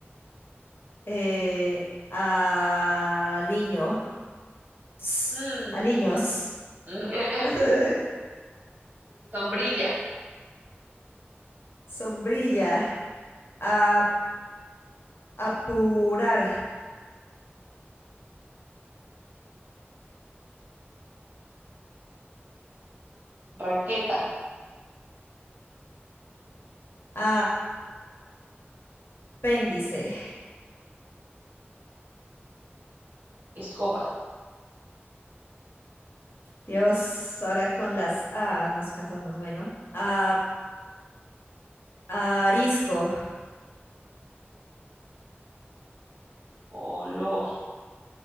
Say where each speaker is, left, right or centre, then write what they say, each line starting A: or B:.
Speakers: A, on the left; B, on the right.
A: eh, aliño, s-
B: Mm.
A: aliños,
B: <laughs>
A: <laughs>
B: sombrilla,
A: sombrilla, a- apurar,
B: raqueta,
A: a- apéndice,
B: escoba.
A: Dios, ahora con las A nos casamos. Bueno, a, arisco,
B: olor